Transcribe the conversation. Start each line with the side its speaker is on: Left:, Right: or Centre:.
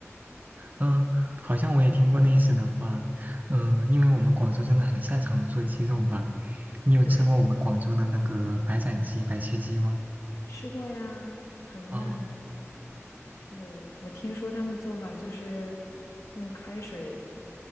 Right: 嗯、好像我也听过类似的话。嗯、因为我们广州真的很擅长做鸡肉吧？你有吃过我们广州的那个白斩鸡、
Left: 对，
Right: 白切鸡吗？
Left: 吃过呀，很嫩。
Right: 哦
Left: 对，我听说他们的做法就是用开水，